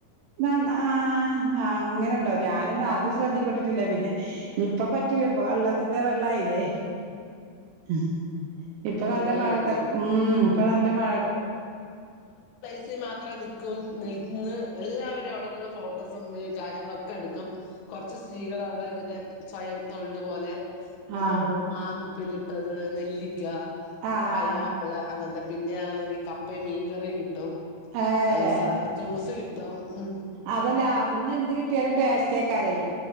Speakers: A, on the right; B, on the left.
A: ണ്ട ആ അങ്ങനെണ്ടോ ഞാന് ന്ന അത് ശ്രദ്ധീപ്പെട്ടിട്ടില്ല പിന്നെ യിപ്പ പറ്റൂല ഇപ്പ വെള്ളത്തിന്റെ വെള്ളായില്ലേ അഹ് ഇപ്പൊ
B: കൂടുവായിരിക്കും
A: നല്ല മഴത് ഉം ഇപ്പന്നല്ല മഴ
B: ച്ചി മാത്രം ന്നിക്കും നിൽന്ന് എല്ലാവരും അവ്ടെനിന്ന് ഫോട്ടോസും വേ കാര്യങ്ങളൊക്കെ എടുക്കും കുറച്ച് സ്ത്രീകള് അവിടെ ഇങ്ങനെ സ്വയം തൊഴില് പോലെ എന്താ
A: ആഹ്
B: പറയാ മാങ്ങ ഉപ്പിലിട്ടത് നെല്ലിക്ക
A: ആഹ്
B: പൈനാപ്പിള് അങ്ങൻത്തെ പിന്നെണെങ്കി കപ്പയും മീൻകറി കിട്ടും
A: ഏഹ്
B: സ ജ്യൂസ് കിട്ടും ഉം
A: അതല്ല അവ്ടുന്ന് എന്ത് കിട്ടിയാലും ട്ടേസ്ട്ടായ്ക്കാരേ